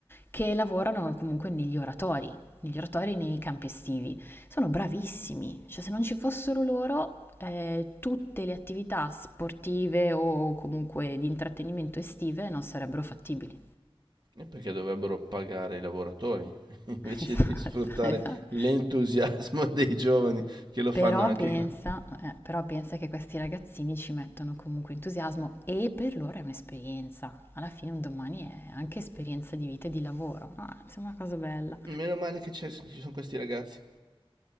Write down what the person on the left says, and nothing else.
che lavorano comunque negli oratori, negli oratori nei campi estivi. Sono bravissimi, cioè se non ci fossero loro, eh, tutte le attività sportive o comunque di intrattenimento estive non sarebbero fattibili.
<laughs> Esatto,
esatto.
Però
pensa
eh, però pensa che questi ragazzini ci mettono comunque entusiasmo e per loro è un'esperienza. Alla fine un domani è anche esperienza di vita e di lavoro. No, mi sembra una cosa bella.